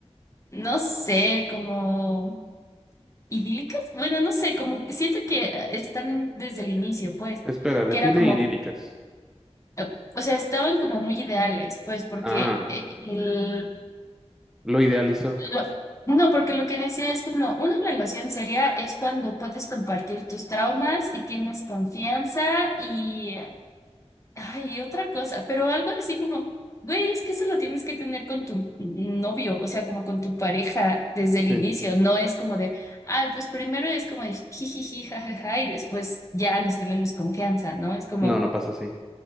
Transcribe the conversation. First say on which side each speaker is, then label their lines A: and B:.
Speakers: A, on the left; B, in the centre.
A: no sé, como idílicas. Bueno, no sé, como que siento que eh, están desde el inicio, pues,
B: Espera,
A: que
B: define
A: era como,
B: idílicas.
A: eh, o sea, estaban como muy ideales, pues, porque
B: Ah,
A: eh, el...
B: lo idealizó.
A: lo- no, porque lo que decía es como una relación seria es cuando puedes compartir tus traumas y tienes confianza y Ay, otra cosa, pero algo así como, güey, es que eso lo tienes que tener con tu novio, o sea, como con tu pareja desde
B: Sí.
A: el inicio, no es como de, ay, pues primero es como de jijiji, jajaja, y después ya nos tenemos confianza, ¿no? Es como,
B: No, no pasa así.